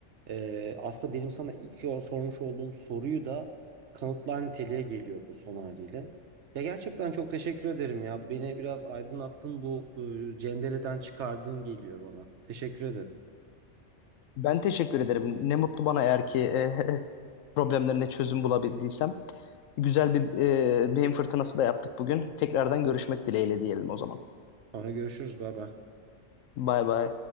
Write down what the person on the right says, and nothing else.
e, aslında benim sana ilk o- sormuş olduğum soruyu da kanıtlar niteliğe geliyor bu son haliyle. Ya gerçekten çok teşekkür ederim ya. Beni biraz aydınlattın bu e, cendereden çıkardın geliyor bana. Teşekkür ederim.
Sonra görüşürüz. Bay bay.